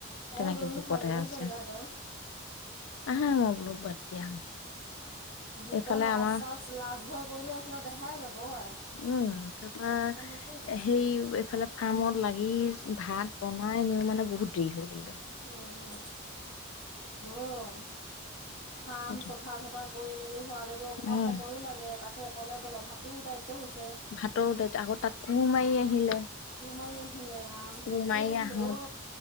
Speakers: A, on the left (about 60°); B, on the left (about 80°).
A: অ
B: তেনেকে
A: দুনো
B: ভোকতেই
A: খাই যাবহি
B: আছে,
A: পাৰিলাহেঁতেন
B: আহা মই বোলো বাদ দিয়া।
A: ভোকত
B: এইফালে
A: লাজ
B: আমাৰ
A: চাজ লাজ ভয় কৰিলে এইফালে দেহাই যাব। আই
B: উম, তাৰপৰা
A: শখন নকৰিবা
B: সেই এফালে ফাৰ্মত লাগি ভাত বনাই নিউ মানে বহুত দেৰি হৈ গ'লগে।
A: উম উম, অৱ, ফাৰ্ম
B: সেইটো
A: চফা চাফা কৰি মেলি শুৱালে টো অকণমান
B: উম
A: সময়ো লাগে তাকো অকলে অকলে ভাতোও দায়িত্ব হৈছে।
B: ভাতো দায়িত্ব আগত তাত কোৰ মাৰি আহিলে।
A: কোৰ মাৰি আহিলে ৰাম।
B: কোৰ
A: কৰিছে
B: মাৰি
A: বুলিহে
B: আহোঁ
A: অ